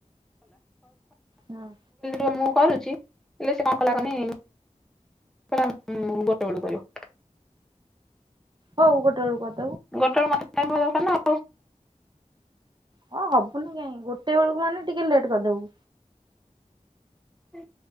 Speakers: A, on the right; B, in the centre.
A: ହୁଁ।
B: ରୁହ ମୁଁ କରୁଛି ହେଲେ ସେ କଣ କଲା କନି କହିଲା ଗୋଟେ ବେଳୁ କରିବ।
A: ହଉ ଗୋଟେ ବେଳକୁ କରିବି।
B: ଗୋଟେବେଳୁ ମତେ ଟାଇମ ହେବା ଦରକାରନା ଆଉ।
A: ହଁ ହବନି କାଇଁ ଗୋଟେ ବେଳକୁ ମାନେ ଟିକେ ଲେଟ୍ କରିଦେବୁ।
B: ସେ